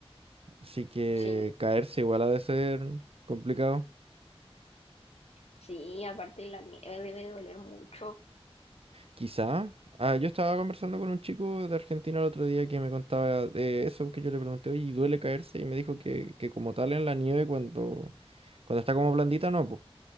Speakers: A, on the right; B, on the left.
A: así que
B: Sí,
A: caerse igual ha de ser complicado.
B: sí, aparte la nieve debe doler mucho.
A: Quizá. Ah, yo estaba conversando con un chico de Argentina el otro día que me contaba de eso, que yo le pregunté, oye, ¿y duele caerse? Y me dijo que, que como tal en la nieve cuando, cuando está como blandita, no, pues.